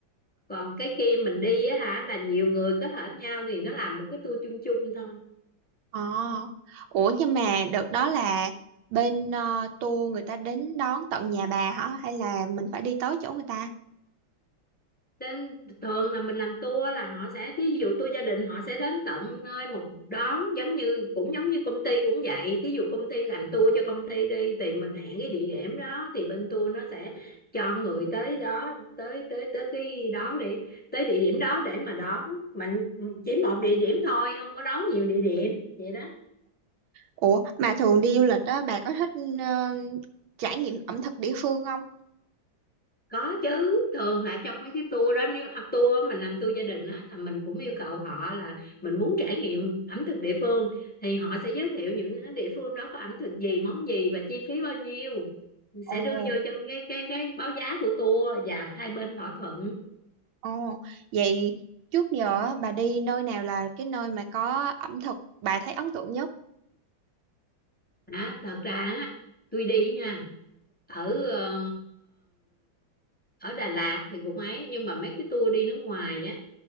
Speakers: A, in the centre; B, on the right.
A: còn cái kia mình đi á hả là nhiều người kết hợp nhau thì nó làm một cái tour chung chung thôi
B: ờ ủa nhưng mà đợt đó là bên ờ, tour người ta đến đón tận nhà bà hả hay là mình phải đi tới chỗ người ta
A: trên thường là mình làm tour là họ sẽ thí dụ tour gia đình họ sẽ đến tận nơi một đón giống như cũng giống như công ty cũng vậy thí dụ công ty làm tour cho công ty đi thì mình hẹn cái địa điểm đó thì bên tour nó sẽ cho người tới đó tới tới tới cái đó đi tới địa điểm đó để mà đón mình chỉ một địa điểm thôi không có đón nhiều địa điểm vậy đó
B: ủa mà thường đi du lịch á bà có thích ờ, trải nghiệm ẩm thực địa phương không
A: có chứ thường là trong mấy cái tour đó nếu à, tour á, mình làm tour gia đình á là mình cũng yêu cầu họ là mình muốn trải nghiệm ẩm thực địa phương thì họ sẽ giới thiệu những cái địa phương đó có ẩm thực gì món gì và chi phí bao nhiêu
B: ồ
A: sẽ đưa vô trong cái cái cái báo giá của tour và hai bên thỏa thuận
B: Ồ, vậy trước giờ á, bà đi nơi nào là cái nơi mà có ẩm thực bà thấy ấn tượng nhất?
A: đó, thật ra á, tôi đi ha ở ờ, ở Đà Lạt thì cũng ấy nhưng mà mấy cái tour đi nước ngoài á